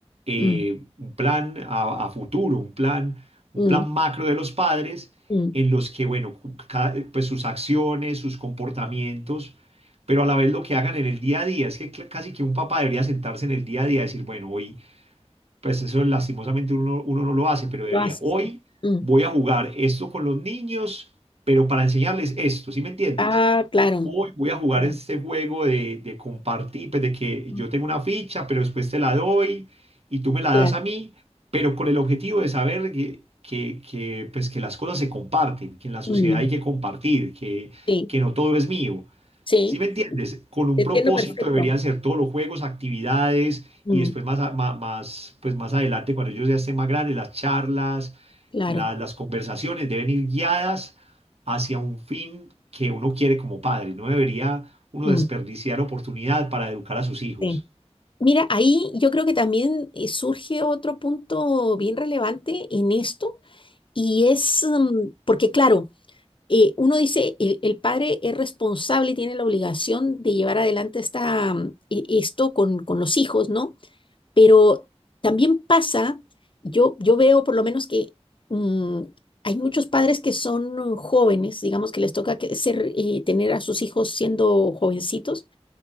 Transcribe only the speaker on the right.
eh,
un plan a, a futuro, un plan, un
plan macro de los padres
en los que, bueno, cu- cada- pues sus acciones, sus comportamientos, pero a la vez lo que hagan en el día a día. Es que cl- casi que un papá debería sentarse en el día a día y decir, bueno, hoy, pues eso lastimosamente uno, uno no lo hace, pero debería,
hoy
voy a jugar esto con los niños, pero para enseñarles esto, ¿sí me entiendes?
Hoy voy a jugar
este juego de, de compartir, pues de que
yo tengo una ficha, pero después te la doy y tú me la
das a mí, pero con el objetivo de saber que, que, que, pues que las cosas se comparten, que en la sociedad
hay que compartir, que,
que no todo es mío.
¿Sí me entiendes? Con un
propósito
deberían ser todos los juegos, actividades
y después más, a- ma- más, pues más adelante, cuando ellos ya estén más grandes, las charlas,
la- las conversaciones deben ir guiadas hacia un fin que uno quiere como padre. No debería uno
desperdiciar oportunidad para educar a sus hijos.